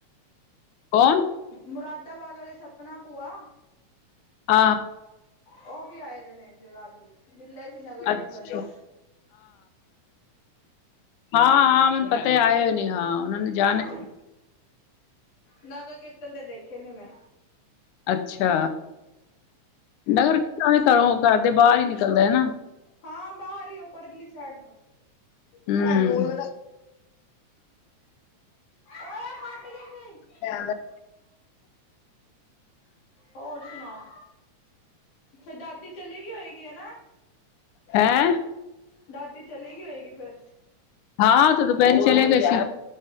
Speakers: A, on the left; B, on the left.
A: ਕੌਣ?
B: ਮੁਰਾਦਾਬਾਦ ਵਾਲੇ ਸਪਨਾ ਭੂਆ
A: ਆਹ
B: ਉਹ ਵੀ ਆਏ ਨੇ ਜਗਾਦਰੀ ਮਿਲੇ ਸੀ ਨਗਰ
A: ਅੱਛਾ
B: ਕੀਰਤਨ ਤੋਂ
A: ਹਾਂ-ਹਾਂ ਮੈਨੂੰ ਪਤਾ ਆਏ ਹੋਏ ਨੇ। ਹਾਂ ਉਹਨਾਂ ਨੇ
B: ਹਾਂ
A: ਜਾਣਾ
B: ਨਗਰ ਕੀਰਤ ਤੇ ਦੇਖੇ ਨੇ ਮੈਂ।
A: ਅੱਛਾ ਨਗਰ ਰਸਤਾ ਵੀ ਘਰੋਂ ਘਰਦੇ ਬਾਹਰ ਹੀ ਨਿਕਲਦਾ ਐ ਨਾ
B: ਹਾਂ ਬਾਹਰ ਹੀ ਹੋ ਪਰਲੀ ਸੈਡ ਤੋਂ
A: ਹੂੰ।
B: ਉਹ ਇਹ ਫੱਟ ਗੇ ਨੇ।
A: <unintelligible>
B: ਹੋਰ ਸੁਣਾਓ ਫਿਰ ਦਾਦੀ ਚਲੇ ਗਈ ਹੋਏਗੀ ਹਨਾ।
A: ਹੈ।
B: ਦਾਦੀ ਚਲੀ ਗਈ ਹੋਏਗੀ ਫੇਰ
A: ਹਾਂ, ੳਹਤਾ ਦੁਪਹਿਰੀ ਚਲੇ ਗਏ ਸੀ।